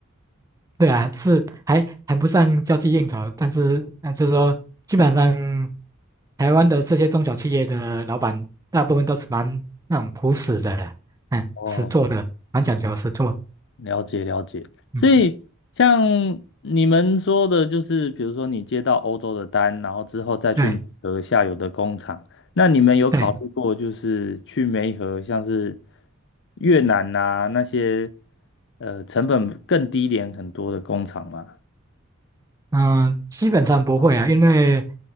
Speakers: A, on the right; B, on the left.
A: 对啊，是还谈不上交际应酬，但是呃，就是说，基本上台湾的这些中小企业的老板，大部分都是蛮那种朴实的啦，嗯，
B: 哦，
A: 实做的，蛮讲究实做，
B: 了解了解。所以像你们说的，
A: 嗯，
B: 就是比如说你接到欧洲的单，然后之后再去美和下游的工厂，
A: 对
B: 那你们有考虑过就是去梅河，
A: 对。
B: 像是越南呐、啊那些呃成本更低廉很多的工厂吗？
A: 嗯、基本上不会啊，因为，